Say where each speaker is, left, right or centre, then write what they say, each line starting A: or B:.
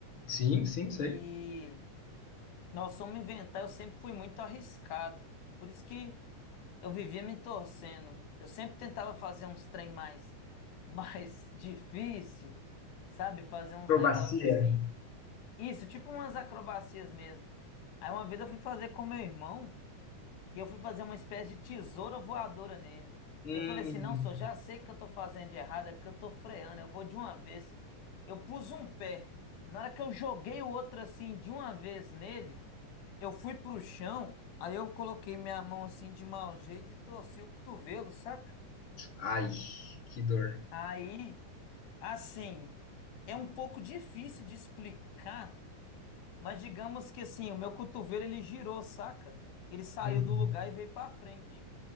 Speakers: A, on the left; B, on the left.
A: Sim, sim,
B: E
A: sei.
B: nós fomos inventar, eu sempre fui muito arriscado. Por isso que eu vivia me torcendo. Eu sempre tentava fazer uns trem mais, mais <laughs> difícil, sabe? Fazer uns
A: Acrobacia.
B: negócios assim. Isso, tipo umas acrobacias mesmo. Aí uma vez eu fui fazer com meu irmão. E eu fui fazer uma espécie de tesoura voadora nele.
A: Hum.
B: Eu falei assim: não, senhor, já sei que eu tô fazendo de errado, é porque eu tô freando, eu vou de uma vez. Eu pus um pé. Na hora que eu joguei o outro assim de uma vez nele, eu fui pro chão, aí eu coloquei minha mão assim de mau jeito e torci o cotovelo, saca?
A: Ai, que dor.
B: Aí, assim, é um pouco difícil de explicar mas digamos que assim, o meu cotovelo ele girou, saca? Ele saiu
A: Hum.
B: do lugar e veio pra frente.